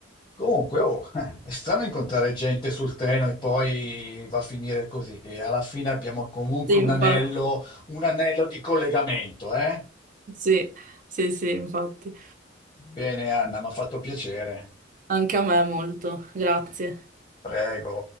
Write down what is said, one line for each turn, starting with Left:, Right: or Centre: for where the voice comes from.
Left: Comunque, oh, <laughs> eh, è strano incontrare gente sul treno e poi va a finire così, che alla fine abbiamo comunque
Right: Sì,
Left: un
Right: infatti,
Left: anello, un anello di collegamento, eh?
Right: sì, sì, sì, infatti,
Left: Bene, Anna, mi ha fatto piacere.
Right: anche a me molto, grazie.
Left: Prego.